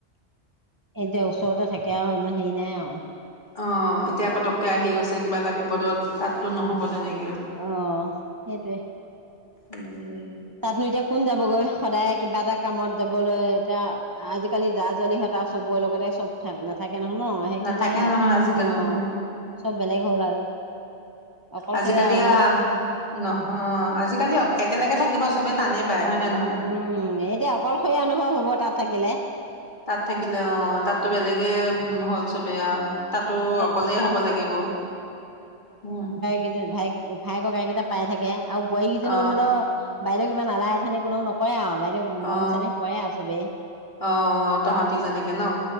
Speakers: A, on the right (about 25°); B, on the left (about 50°).
A: এইটোৱে ওচৰতে থাকে আৰু ইমান হেৰি নাই আৰু।
B: অ', এতিয়া পতককে আহি গৈছে কিবা এটা বিপদত, তাততো নহ'ব তেনেকে।
A: অ', সেইটোৱে।
B: উম।
A: তাতনো এতিয়া কোন যাবগৈ সদায় কিবা এটা কামত যাবলৈ এতিয়া। আজিকালি জা জোৱালিহঁত আৰু চবৰে লগতে চব থা নাথাকে নহয় ন? সেইকাৰণে
B: নাথাকে নহয় আজিকালি
A: অ'।
B: উম
A: চব বেলেগ হ'ল আৰু অকলশৰীয়া
B: আজিকালি
A: অনুভৱ।
B: আহ নহয়, আজিকালি অক-একেলগে থাকিব চবেই টানেই পায় হয়নে ন
A: উম, এতিয়া অকলশৰীয়া অনুভৱ হ'ব তাত থাকিলে।
B: তাত থাকিলে অ', তাতো বেলেগে হ'ল চবেই আউ। তাতো
A: এতিয়া
B: অকলেই হ'ব লাগিব উম।
A: কেইজন ভাইকে ভাই ককাই কেইটা পাই থাকে আৰু বোৱাৰী কিজনীয়ো
B: অ
A: ধৰি ল' বাইদেউক ইমান আলাই আথানি কোনো নকৰে আৰু, বাইদেউক মৰম
B: অ
A: চেনেহ কৰে আৰু চবেই।
B: অ তহঁতি যেনেকে ন